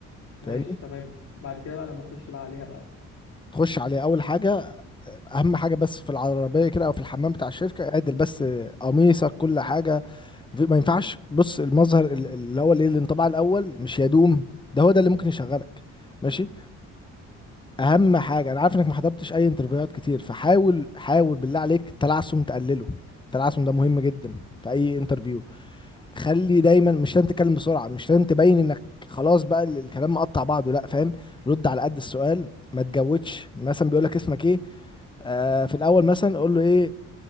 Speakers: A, on the left (about 60°); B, on the left (about 15°).
A: ماشي
B: فاهمني
A: تمام بعد كده بقى لما اخش بقى عليها بقى
B: تخش على اول حاجه اهم حاجه بس في العربيه كده او في الحمام بتاع الشركه اعدل بس قميصك كل حاجه في- ما ينفعش بص المظهر ال- اللي هو الايه الانطباع الاول مش يدوم ده هو ده اللي ممكن يشغلك ماشي اهم حاجه انا عارف انك ما حضرتش اي انترفيوهات كتير فحاول حاول بالله عليك التلعثم تقلله التلعثم ده مهم جدا في اي انترفيو خلي دايما مش لازم تتكلم بسرعه مش لازم تبين انك خلاص بقى ال- الكلام مقطع بعضه لا فاهم رد على قد السؤال ما تجودش مثلا بيقول لك اسمك ايه آه في الاول مثلا قول له ايه